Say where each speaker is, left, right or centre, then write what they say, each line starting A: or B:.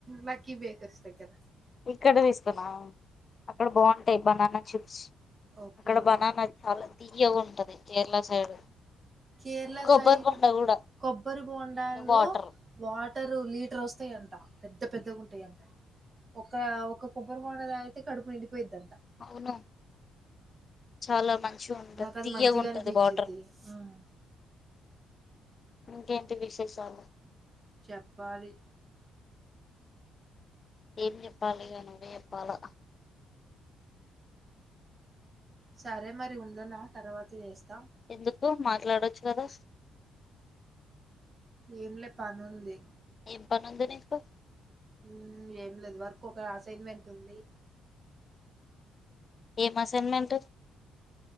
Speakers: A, on the right (about 35°); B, on the left (about 40°).
A: లక్కీ బేకర్స్ దగ్గర
B: ఇక్కడ తీసుకున్నా అక్కడ బాగుంటాయ్ బనానా చిప్స్
A: ఓకే.
B: అక్కడ బనానా చాలా తియ్యగ ఉంటది కేరళ సైడ్
A: కేరళ
B: కొబ్బరి
A: సైడు
B: బొండ కూడా
A: కొబ్బరి బోండాల్లో
B: వాటర్
A: వాటరు లీటర్ వస్తాయంటా పెద్ద పెద్దగా ఉంటయంటా ఒకా ఒక్క కొబ్బరి బోండా దాగితే కడుపు నిండిపోయిద్దంట
B: అవును చాలా మంచిగుంటద్,
A: నాకు అది
B: తియ్యగుంటది
A: మంచిగా అనిపించిద్ది
B: వాటర్.
A: ఉమ్
B: ఇంకేంటి విశేషాలు
A: చెప్పాలి
B: ఏం జెప్పాలి ఇగ నువ్వే ఎప్పాలా
A: సరే మరి ఉండనా తర్వాత చేస్తా
B: ఎందుకు మాట్లాడొచ్చు కదా
A: ఏంలే పనుంది
B: ఏం పని ఉంది నీకు
A: ఊమ్ ఏం లేదు వర్క్ ఒకా సేన్మెంట్ ఉంది
B: ఏం అసైన్మెంట్